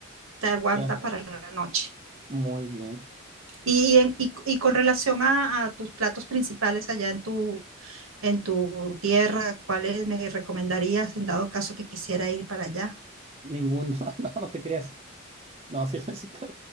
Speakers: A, on the right; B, on the right.
A: te aguanta
B: ya.
A: para la noche.
B: Muy bien.
A: Y, y en- y- y con relación a, a tus platos principales allá en tu, en tu tierra, ¿cuáles me recomendarías en dado caso que quisiera ir para allá?
B: Ninguno. <laughs> No, no te creas. No, sí, <laughs> sí te-